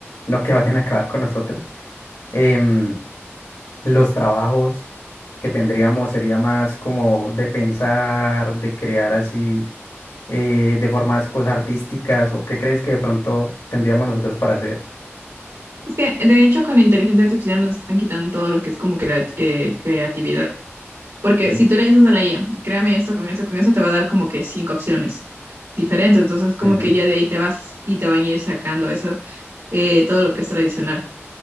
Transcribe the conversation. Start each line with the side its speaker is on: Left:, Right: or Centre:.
Left: no que vayan a acabar con nosotros, em, los trabajos que tendríamos sería más como de pensar, de crear así, eh, de formas cosas artísticas, o qué crees que de pronto tendríamos nosotros para hacer.
Right: Es que, de hecho, con la inteligencia artificial nos están quitando todo lo que es como crea- eh, creatividad. Porque
Left: Ujú,
Right: si tú le dices a la IA, créame esto, con eso, con eso, te va a dar como que cinco opciones diferentes. Entonces, como
Left: ujú,
Right: que ya de ahí te vas y te van a ir sacando eso, eh, todo lo que es tradicional.